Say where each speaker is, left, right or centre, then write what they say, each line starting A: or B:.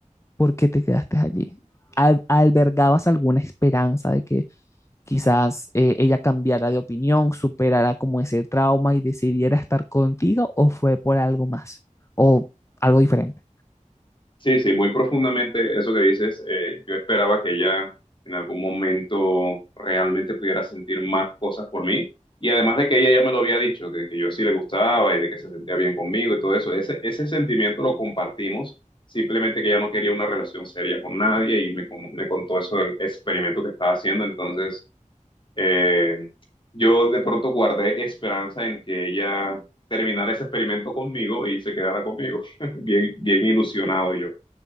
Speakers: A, on the left (about 20°); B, on the left (about 40°).
A: ¿por qué te quedaste allí? Al- ¿Albergabas alguna esperanza de que quizás eh, ella cambiara de opinión, superara como ese trauma y decidiera estar contigo o fue por algo más o algo diferente?
B: Sí, sí, muy profundamente eso que dices. eh, yo esperaba que ella en algún momento realmente pudiera sentir más cosas por mí. Y además de que ella ya me lo había dicho, que, que yo sí le gustaba y de que se sentía bien conmigo y todo eso, ese, ese sentimiento lo compartimos, simplemente que ella no quería una relación seria con nadie y me, con- me contó eso del experimento que estaba haciendo. Entonces, eh, yo de pronto guardé esperanza en que ella terminara ese experimento conmigo y se quedara conmigo. <laughs> Bien, bien ilusionado yo.